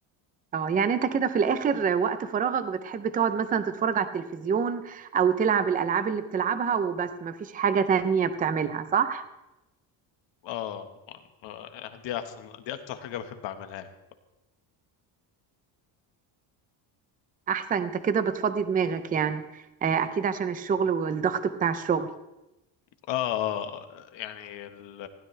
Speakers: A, on the right; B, on the left.
A: اه يعني انت كده في الاخر وقت فراغك بتحب تقعد مثلا تتفرج على التلفزيون او تلعب الالعاب اللي بتلعبها وبس مفيش حاجه تانية بتعملها صح
B: اه آه، دي احسن دي اكتر حاجه بحب اعملها يعني
A: احسن انت كده بتفضي دماغك يعني آه، اكيد عشان الشغل والضغط بتاع الشغل
B: اه آه، يعني ال...